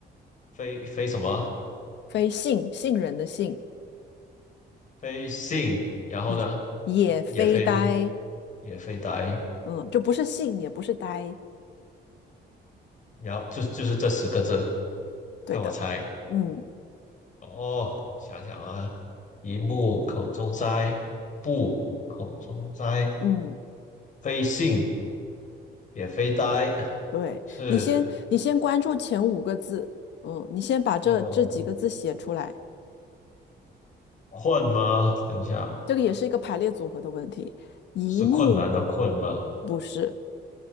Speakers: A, on the left; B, on the left.
A: 非非什么？
B: 非杏，杏仁的杏。
A: 非信，然后呢？
B: 也也非呆，
A: 也非也非呆，
B: 嗯，就不是信，也不是呆，
A: 然后就就是这十个字，
B: 对的，
A: 让我猜，
B: 嗯
A: 哦，想想啊，一木口中哉，不口中哉，
B: 嗯，
A: 非信也非呆，
B: 对，
A: 是
B: 你先你先关注前五个字，嗯，你先把这这几个字写出来，
A: 呃困吗？等一下，
B: 这个也是一个排列组合的问题，一目
A: 是困难的困吗？
B: 不是，